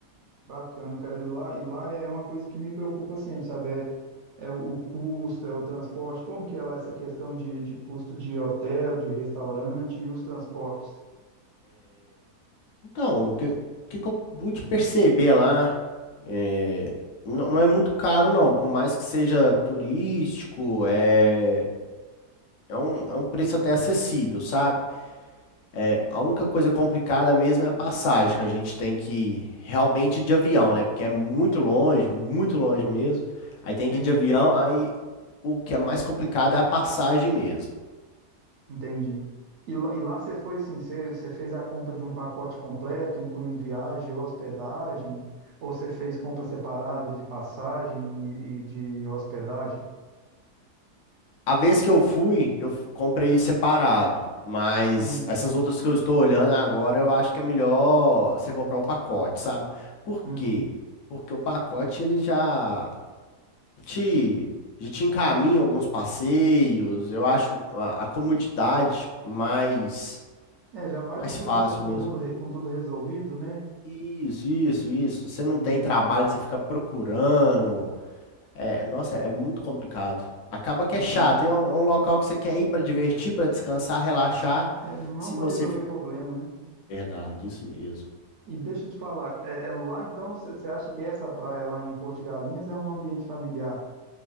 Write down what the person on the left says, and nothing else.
Então, o que, o que que eu pude perceber lá? é, não, não é muito caro, não. Por mais que seja turístico, é, é um, é um preço até acessível, sabe? É, A única coisa complicada mesmo é a passagem, que a gente tem que realmente ir de avião, né? Porque é muito longe, muito longe mesmo. Aí tem
que ir de avião, aí o que é mais complicado é a passagem mesmo.
A vez que eu fui, eu f- comprei separado. Mas
essas outras que eu estou olhando agora, eu acho que é melhor você comprar o pacote, sabe? Por
quê? Porque o pacote ele já te, já te encaminha alguns passeios. Eu acho a, a comodidade mais,
mais
fácil
mesmo.
Isso, isso, isso.
Você não tem trabalho de você ficar procurando. É, nossa, é muito complicado. Acaba que
é chato. É um, é um local que você quer ir para divertir, para descansar, relaxar.
Se
você
fica.
Verdade, isso mesmo.